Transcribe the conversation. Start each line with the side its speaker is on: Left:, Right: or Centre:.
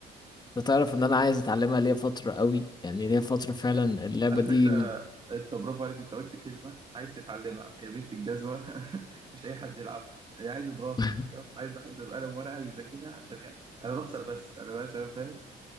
Left: انت تعرف ان انا عايز اتعلمها ليا فترة قوي يعني ليا فترة فعلا اللعبة
Right: على
Left: دي
Right: فكرة
Left: من-
Right: انت برافو عليك انت قلت كلمة عايز تتعلمها يا بنت الجزمة <laughs> مش اي حد يلعبها هي عايزة دراسة
Left: <laughs>
Right: انت فاهم عايزة حد بقلم ورقة بيذاكرها عشان يعني. انا بخسر بس انا بس انا فاهم